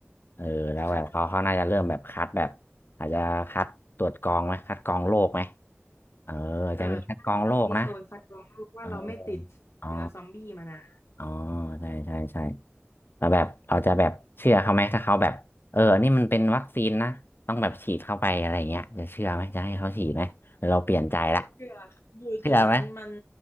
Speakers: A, on the left; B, on the left.
A: เออแล้วแบบเขาเขาน่าจะเริ่มแบบคัดแบบอาจจะคัดตรวจกรองไหมคัดกรองโรคไหม
B: ค่ะ
A: เอออาจจะมีคัดกรองโรคนะ
B: เอ่อน่าจะต้องมีโซนคัดกรองโรคว่าเราไม่ติดเชื้อซอมบี้มานะ
A: เอออ๋ออ๋อใช่ใช่ใช่แล้วแบบเราจะแบบเชื่อเขาไหมถ้าเขาแบบเอออันนี่มันเป็นวัคซีนนะต้องแบบฉีดเข้าไปอะไรเงี้ยจะเชื่อไหมจะให้เขาฉีดไหมหรือเราเปลี่ยนใจละ
B: อยู่จุดนั้นมัน
A: เชื่อไหม